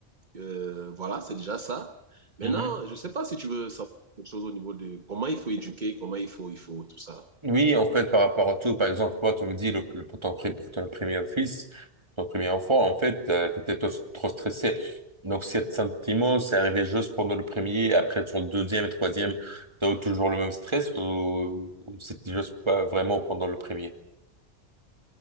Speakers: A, on the right; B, on the right.
A: euh, voilà, c'est déjà ça. Maintenant,
B: Mhm.
A: je ne sais pas si tu veux savoir quelque chose au niveau de comment il faut éduquer, comment il faut, il faut tout ça.
B: Oui, en fait, par rapport à tout, par exemple, toi, tu me dis, le, le- pour ton, pri- pour ton premier fils, ton premier enfant, en fait, euh, t'étais trop, trop stressé. Donc, cet sentiment, c'est arrivé juste pendant le premier, après ton deuxième et troisième, t'as eu toujours le même stress ou, ou c'était juste pas vraiment pendant le premier?